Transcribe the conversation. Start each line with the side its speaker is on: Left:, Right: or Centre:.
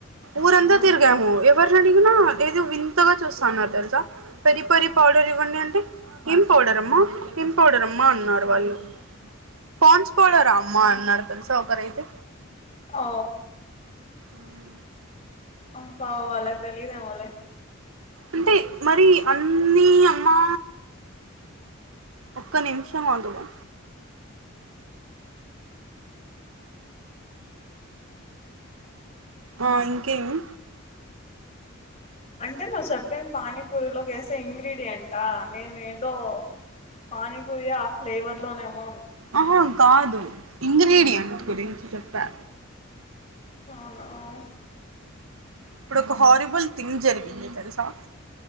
Right: ఊరంతా
Left: ఆ,
Right: తిరిగాము ఎవరిని అడిగినా ఏదో వింతగా చూస్తాన్నారు తెలుసా పెరి పెరి పౌడర్ ఇవ్వండి అంటే ఏం పౌడర్ అమ్మా ఏం పౌడర్ అమ్మా అన్నారు వాళ్ళు పాన్స్పోడరా
Left: అవునా
Right: అమ్మ అన్నారు తెలుసా ఒకరైతే
Left: ఓ
Right: ఉమ్
Left: అ పా వాళ్ళకి తెలిదేమో లే
Right: అంటే మరి అన్ని అమ్మా ఒక్క నిమిషం ఆగవా ఆ ఇంకేమి
Left: అంటే నువ్వు చెప్పిన పానీపూరిలోకి వేసే ఇంగ్రీడియంటా నేను ఏదో పానీపూరి ఆ ఫ్లేవర్ లోనేమో
Right: ఆహా కాదు ఇంగ్రీడియంట్ గురించి చెప్పా
Left: అవును అవును
Right: ఇప్పుడు ఒక హారిబుల్ థింగ్ జరిగింది తెలుసా